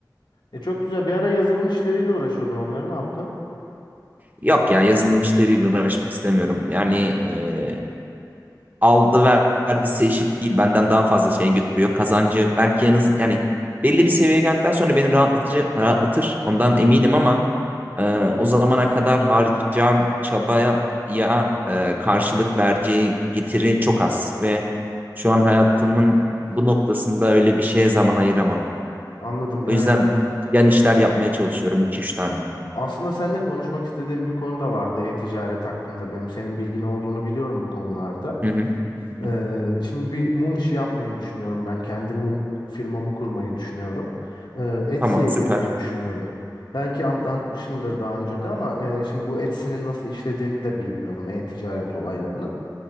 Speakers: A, on the left (about 85°); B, on the right (about 25°).
A: E, çok güzel bir ara yazılım işleriyle uğraşıyordun onları ne yaptın?
B: Yok ya yazılım işleriyle uğraşmak istemiyorum. Yani e, aldı ver- vergisi eşit değil. Benden daha fazla şey götürüyor. Kazancı belki yalnız yani belli bir seviyeye geldikten sonra beni rahatlatıcı rahatlatır. Ondan eminim ama e, o zamana kadar harcayacağım çabaya ya e, karşılık vereceği getiri çok az ve şu an hayatımın bu noktasında öyle bir şeye zaman ayıramam.
A: Anladım. Eee,
B: O yüzden yan işler yapmaya çalışıyorum iki üç tane.
A: aslında seninle konuşmak istediğim bir konu da vardı e-ticaret hakkında. Benim senin bilgin olduğunu biliyorum bu konularda.
B: Hı hı. Hı
A: Ee,
B: hı.
A: şimdi bir mum işi yapmayı düşünüyorum ben. Kendi mum firmamı kurmayı düşünüyorum. Ee, Etsy'ye
B: Tamam süper.
A: girmeyi düşünüyorum. Belki an- anlatmışımdır daha önce de ama e, şimdi bu Etsy'nin nasıl işlediğini de bilmiyorum. E-ticaret olaylarının.